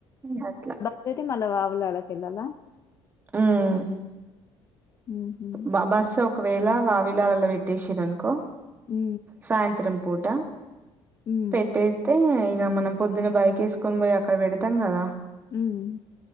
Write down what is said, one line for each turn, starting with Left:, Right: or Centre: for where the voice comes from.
Right: ఇగ అట్లా
Left: రిటర్న్ మళ్ళ వావిలాల కెళ్ళాల
Right: హ్మ్
Left: హుహు.
Right: బ బస్సు ఒకవేళ వావిలాలలో పెట్టేసిరనుకో
Left: మ్
Right: సాయంత్రం పూట
Left: హ్మ్.
Right: పెట్టే తే ఇక మనం పొద్దున్న బైక్ వేసుకొని పోయి అక్కడ పెడతాం కదా
Left: మ్